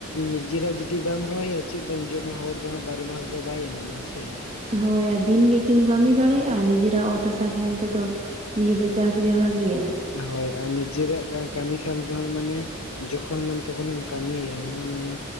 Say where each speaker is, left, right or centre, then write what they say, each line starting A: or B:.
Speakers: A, on the left; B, on the right.
A: ᱱᱤᱡᱮᱨᱟᱜ ᱡᱩᱫᱤ ᱵᱟᱢ ᱨᱚᱦᱚᱭᱟ ᱪᱮᱫ ᱮᱢ ᱡᱚᱢᱟ ᱦᱚᱲ ᱫᱚ ᱵᱟᱨᱚ ᱢᱟᱥ ᱫᱚ ᱵᱟᱭ ᱮᱢᱟᱢᱟ ᱥᱮ᱾
B: ᱦᱚᱭ ᱟᱨ ᱫᱤᱱᱜᱮ ᱠᱤᱱ ᱠᱟᱹᱢᱤ ᱫᱟᱲᱮᱭᱟᱜ-ᱟ ᱱᱤᱡᱮᱨᱟᱜ ᱚᱛ ᱦᱟᱥᱟ ᱛᱟᱦᱮᱱ ᱛᱮᱫᱚᱼᱼ ᱱᱤᱭᱟᱹ ᱫᱚ ᱪᱟᱥ ᱜᱮ ᱵᱷᱟᱹᱜᱭᱟ᱾
A: ᱦᱚᱭ ᱟᱨ ᱱᱤᱡᱮᱟᱜ ᱠᱟᱹᱢᱤ ᱠᱷᱟᱱ ᱛᱮᱦᱚᱸ ᱢᱟᱱᱮᱼᱼ ᱡᱚᱠᱷᱚᱱ ᱢᱚᱱ ᱛᱚᱠᱷᱚᱱᱮᱢ ᱠᱟᱹᱢᱤᱭᱟ ᱢᱟᱱᱮ